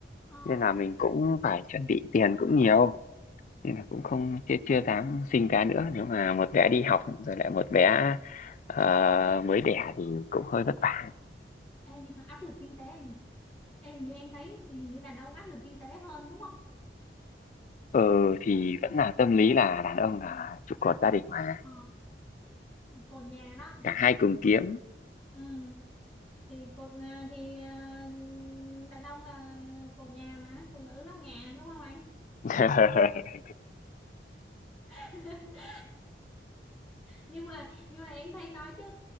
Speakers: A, in the centre; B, on the left.
A: Ờ,
B: Nên là mình cũng phải chuẩn bị tiền cũng nhiều. Nên là cũng không chưa chưa dám sinh bé nữa. Nếu mà một bé đi học rồi lại một bé ờ, mới đẻ thì cũng hơi vất vả.
A: ê, nhưng mà áp lực kinh tế anh nhỉ? Ê, hình như em thấy hình như đàn ông áp lực kinh tế hơn đúng không?
B: Ờ thì vẫn là tâm lý là đàn ông là trụ cột gia đình mà
A: Ờ, cột nhà đó
B: cả hai cùng kiếm
A: Ừ, thì cột à, thì à, đàn ông là cột nhà mà phụ nữ nóc nhà đúng không anh
B: <laughs>
A: <laughs> nhưng mà nhưng mà em thấy nói chứ